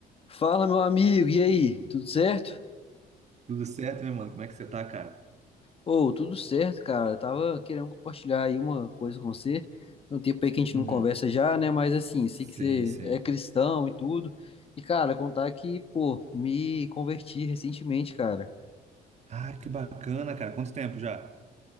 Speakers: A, on the left (about 35°); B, on the right (about 40°).
A: Fala, meu amigo, e aí? Tudo certo?
B: Tudo certo, meu mano? Como é que você tá, cara?
A: Ô, tudo certo, cara. Eu tava querendo compartilhar aí uma coisa com você. Tem um tempo aí que a gente
B: Uhum.
A: não conversa já, né? Mas assim, sei
B: Sim,
A: que você
B: sim.
A: é cristão e tudo. E, cara, contar que, pô, me converti recentemente, cara.
B: Ah, que bacana, cara. Quanto tempo já?